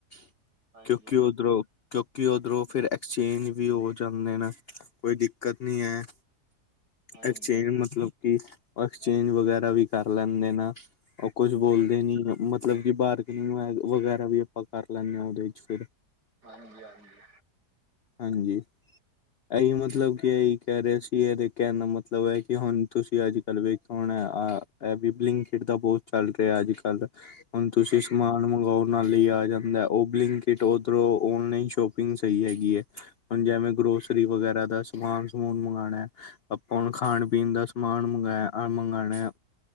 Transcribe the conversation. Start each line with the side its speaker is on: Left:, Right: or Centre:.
Left: <inaudible>
Right: ਹਾਂਜੀ
Left: ਕਿਉਂਕਿ
Right: ਹਾਂਜੀ
Left: ਓਧਰੋਂ ਕਿਉਂਕਿ ਓਧਰੋਂ ਫੇਰ ਐਕਸਚੇਂਜ ਵੀ ਹੋ ਜਾਂਦੇ ਨੇ ਕੋਈ ਦਿੱਕ ਕਤ ਨੀ ਐਂ
Right: ਹਾਂਜੀ
Left: ਐਕਸਚੇਂਜ
Right: ਹਾਂਜੀ
Left: ਮਤਲਬ ਕਿ ਐਕਸਚੇਂਜ ਵਗੈਰਾ ਵੀ ਕਰ ਲੈਂਦੇ ਨਾ, ਉਹ ਕੁਝ ਬੋਲਦੇ ਨੀ ਨਾ। ਮਤਲਬ ਕਿ ਬਾਰਗਨਿੰਗ ਵ-ਵਗੈਰਾ ਵੀ ਆਪਾਂ ਕਰ ਲੈਂਣੇ ਆ ਆਪਾਂ ਉਹਦੇ ਵਿੱਚ ਫੇਰ।
Right: ਹਾਂਜੀ-ਹਾਂਜੀ।
Left: ਹਾਂਜੀ, ਇਹੀ ਮਤਲਬ ਇਹੀ ਕਹਿ ਰਹੇ ਸੀ ਇਹਦੇ ਕਹਿਣ ਦਾ ਮਤਲਬ ਐ ਕਿ ਹੁਣ ਤੁਸੀਂ ਅੱਜ ਕੱਲ੍ਹ ਵੇਖੋ ਹੁਣ ਆ ਇਹ ਵੀ ਬਲਿੰਕ ਇਟ ਤਾਂ ਬਹੁਤ ਚੱਲ ਰਿਹਾ ਅੱਜ ਕੱਲ, ਹੁਣ ਤੁਸੀਂ
Right: ਹਾਂਜੀ
Left: ਸਮਾਨ ਮੰਗਾਓ ਨਾਲ਼ੇ ਈ ਆ ਜਾਂਦਾ ਓ ਬਲਿੰਕ ਇਟ ਓਧਰੋਂ ਓਨਲਾਈਨ ਸ਼ੌਪਿੰਗ ਸਹੀ ਹੈਗੀ ਐ। ਹੁਣ ਜਿਵੇਂ ਗਰੋਸਰੀ ਵਗੈਰਾ ਦਾ ਸਮਾਨ ਸਮੁਨ ਮੰਗਾਣਾ ਐ ਆਪਾਂ ਹੁਣ ਖਾਣ ਪੀਣ ਸਮਾਨ ਮੰਗਾਇਆ ਅ ਮੰਗਾਣਾ ਐ।